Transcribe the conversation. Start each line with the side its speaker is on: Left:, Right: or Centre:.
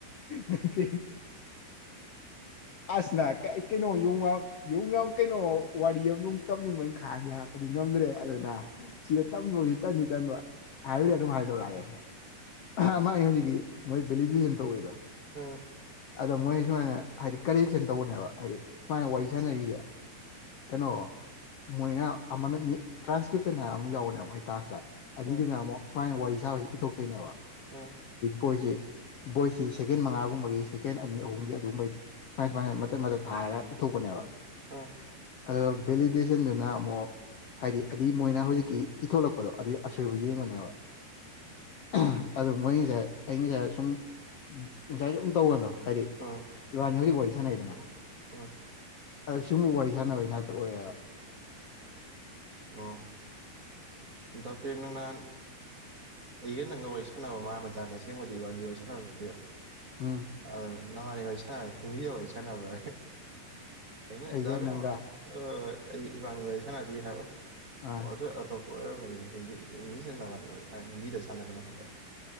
Left: <unintelligible> ꯑꯁꯅ ꯀꯩ ꯀꯩꯅꯣ ꯌꯣꯡꯅꯥꯎ ꯌꯣꯡꯅꯥꯎ ꯀꯩꯅꯣ ꯋꯥꯔꯤ ꯑꯃꯌꯧ ꯇꯝꯅꯤꯡꯕꯅꯤ ꯈꯥꯡ ꯂꯥꯛꯄꯅꯤ ꯉꯝꯗ꯭ꯔꯦ ꯑꯗꯨꯅ ꯁꯤꯗ ꯇꯝꯂꯣꯏ ꯇꯟꯗꯤ ꯇꯟꯕ ꯍꯥꯏꯕꯅꯤ ꯑꯗꯨꯝ ꯍꯥꯏꯗꯣꯔꯛꯑꯒꯦ ꯑꯍꯥ ꯃꯥꯏ ꯍꯧꯖꯤꯛꯀꯤ ꯃꯣꯏ ꯚꯦꯂꯤꯗꯤꯁꯟ ꯇꯧꯕꯩꯗꯣ
Right: ꯎꯝ
Left: ꯑꯗꯣ ꯃꯣꯏ ꯁꯨꯃꯥꯏꯅ ꯍꯥꯏꯗꯤ ꯀꯔꯦꯛꯁꯟ ꯇꯧꯕꯅꯦꯕ ꯍꯥꯏꯗꯤ ꯁꯨꯃꯥꯏꯅ ꯋꯥꯔꯤ ꯁꯥꯟꯅꯔꯤꯖꯦ ꯀꯩꯅꯣ ꯃꯣꯏꯅ ꯑꯃꯅ ꯃꯤ ꯇ꯭ꯔꯥꯟꯁꯀ꯭ꯔꯤꯞꯁꯟ ꯍꯥꯏ ꯑꯃ ꯌꯥꯎꯕꯅꯦꯕ ꯃꯣꯏ ꯇꯥꯛꯁꯇ ꯑꯗꯨꯏꯗꯨꯅ
Right: ꯎꯝ
Left: ꯑꯃꯨꯛ ꯁꯨꯃꯥꯏꯅ ꯋꯥꯔꯤ ꯁꯥꯕꯁꯤ ꯏꯊꯣꯛꯇꯣꯏꯅꯦꯕ
Right: ꯑꯣ
Left: ꯑꯣꯏꯁꯤ ꯚꯣꯏꯁꯁꯤ ꯁꯦꯀꯦꯟ ꯃꯉꯥꯒꯨꯝꯕꯒꯤ ꯁꯦꯀꯦꯟ ꯑꯅꯤ ꯑꯍꯨꯝꯒꯤ ꯑꯗꯨꯒꯨꯝꯕꯒꯤ ꯁꯨꯃꯥꯏ ꯁꯨꯃꯥꯏꯅ ꯃꯇꯠ ꯃꯇꯠ ꯊꯥꯔꯒ ꯏꯊꯣꯛꯄꯅꯦꯕ
Right: ꯑꯣ
Left: ꯑꯗꯣ ꯚꯦꯂꯤꯗꯦꯁꯟꯗꯨꯅ ꯑꯃꯨꯛ ꯍꯥꯏꯗꯤ ꯑꯗꯤ ꯃꯣꯏꯅ ꯍꯧꯖꯤꯛꯀꯤ ꯏꯊꯣꯂꯛꯄꯗꯣ ꯑꯗꯨ ꯑꯁꯣꯏꯕ ꯌꯦꯡꯉꯕꯅꯦꯕ <unintelligible> ꯑꯩ ꯉꯁꯥꯏ ꯁꯨꯝ ꯑꯦꯟꯖꯥꯏ ꯁꯨꯝ ꯇꯧꯕꯗꯣ ꯍꯥꯏꯗꯤ
Right: ꯎꯝ
Left: ꯏꯕꯅꯤ ꯍꯧꯖꯤꯛ ꯋꯥꯔꯤ ꯁꯥꯅꯩꯗꯅ
Right: ꯎꯝ
Left: ꯑꯗ ꯁꯨꯝꯕ ꯋꯥꯔꯤ ꯁꯥꯟꯅꯕꯩ ꯉꯥꯛꯇ ꯑꯣꯏꯌꯦꯕ
Right: ꯑꯣ ꯗꯥ ꯄ꯭ꯔꯦꯝ ꯅꯪ ꯅꯥꯟ ꯑꯩꯒ ꯅꯪꯒ ꯋꯥꯔꯤ ꯁꯥꯟꯅꯕ ꯃꯥꯟꯕ ꯖꯥꯠꯅꯦ ꯑꯁꯦꯡꯕꯗꯤ ꯏꯕꯥꯅꯤ ꯋꯥꯔꯤ ꯁꯥꯟꯅꯕ ꯅꯠꯇꯦ
Left: ꯎꯝ
Right: ꯑꯥ ꯅꯕꯥꯟꯅꯤ ꯋꯥꯔꯤ ꯁꯥꯟꯅꯕ ꯍꯤꯟꯗꯤꯗ ꯋꯥꯔꯤ ꯁꯥꯟꯅꯕ꯭ꯔꯥ ꯑꯩꯅ
Left: ꯑꯩꯒ
Right: ꯗꯥꯕꯦꯝ
Left: ꯅꯪꯒ
Right: ꯑꯥ ꯑꯩ ꯏꯕꯥꯅꯤ ꯋꯥꯔꯤ ꯁꯥꯟꯅꯗ꯭ꯔꯤ ꯍꯥꯏꯕ
Left: ꯑꯥ
Right: ꯑꯣ ꯑꯗꯨ ꯑꯇꯣꯞ ꯍꯣꯏ ꯑꯣꯏꯔꯝꯃꯅꯤ ꯍꯤꯟꯗꯤ ꯍꯤꯟꯗꯤ ꯁꯥꯟꯅ ꯋꯥꯔꯤ ꯍꯣꯏ ꯍꯤꯟꯗꯤꯗ ꯁꯥꯟꯅꯒꯅꯨ ꯍꯥꯏꯔꯦ